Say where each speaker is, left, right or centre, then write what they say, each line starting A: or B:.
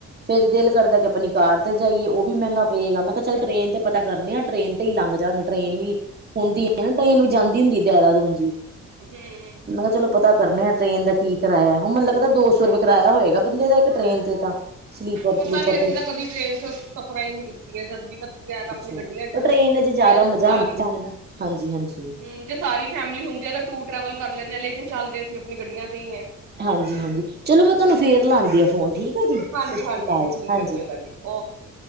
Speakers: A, on the right; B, on the right.
A: ਫੇਰ ਦਿਲ ਕਰਦਾ ਕਿ ਆਪਣੀ ਕਾਰ ਤੇ ਜਾਈਏ ਉਹ ਵੀ ਮਹਿੰਗਾ ਪਏਗਾ, ਮੈਂ ਕਿਹਾ ਚੱਲ ਟ੍ਰਰੇਨ ਤੇ ਪਤਾ ਕਰਨੇ ਆ ਟ੍ਰੇਨ ਉ ਤੇ ਹੀ ਲੰਘ ਜਾ ਗੇ ਟ੍ਰੇਨ ਵੀ, ਹੁੰਦੀ ਐ ਨਾ ਟ੍ਰੇਨ ਵੀ ਜਾਂਦੀ ਹੁੰਦੀ ਏ ਦੇਹਰਾਦੂਨ ਜੀ।
B: <inaudible>
A: ਮੈਂ ਕਿਹਾ ਚਲੋ ਪਤਾ ਕਰਨਾ ਐ ਟ੍ਰੇਨ ਦਾ ਕੀ ਕਿਰਾਇਆ ਹੁਣ ਮੈਨੂੰ ਲੱਗਦਾ ਦੋ ਸੌ ਰੁਪਏ ਕਿਰਾਇਆ ਹੋਏਗਾ ਬੰਦੇ ਦਾ ਇੱਕ ਟ੍ਰੇਨ ਤੇ ਤਾਂ। ਸਲੀਪਰ
B: ਪਤਾ
A: ਸਲੂਪਰ
B: ਨੀ ਅਸੀਂ
A: ਤੇ
B: ਤਾਂ ਕਦੀ ਟ੍ਰੇਨ ਚ ਸਫਰਾਂ ਈ ਨੀ ਕੀਤੀਆਂ ਜਦ ਦੀ ਕੱਤੀ ਆਯਾ ਤਾਂ ਆਪਣੀ
A: ਹੂੰ
B: ਗੱਡੀਆਂ
A: ਓ ਟ੍ਰੇਨ ਚ ਜ਼ਿਆਦਾ
B: ਵੀ ਅੱਜ
A: ਮਜ਼ਾ
B: ਸਾਰੀ
A: ਆ ਜਾਦਾ ਹਾਂਜੀ ਹਾਂਜੀ।
B: ਹਮ ਜੇ ਸਾਰੀ ਫੈਮਿਲੀ ਹੁੰਦੀ ਆ ਤਾਂ ਟੂਰ-ਟਰੈਵਲ ਕਰ ਲੈਂਦੇ ਆ, ਲੇਕਿਨ ਚੱਲਦੇ ਅਸੀਂ ਆਪਣੀ ਗੱਡੀਆਂ ਤੇ ਈ ਐ।
A: ਹਾਂਜੀ ਹਾਂਜੀ, ਚਲੋ ਮੈਂ ਤੁਹਾਨੂੰ ਫਿਰ ਲਾਂਦੀ ਆ ਫੋਨ ਠੀਕ ਹੈ ਜੀ
B: ਹਾਂਜੀ
A: ਸਸ
B: ਹਾਂਜੀ
A: ਰੀ ਕਾਲ
B: ਠੀਕ
A: ਜੀ ਹਾਂਜੀ।
B: ਹੈ ਕੋਈ ਗੱਲ ਨੀ ਓਕੇ